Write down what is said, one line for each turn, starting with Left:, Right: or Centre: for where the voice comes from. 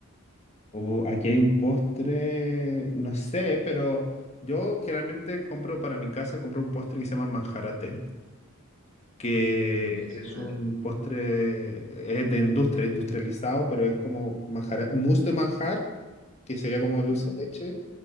Left: O aquí hay un postre, no sé, pero yo generalmente compro para mi casa, compro un postre que se llama manjarate que
Right: Mm, ¿Qué lleva?
Left: es un postre, es de industria, industrializado, pero es como manjar, mousse de manjar, que sería como dulce
Right: Mm,
Left: de leche,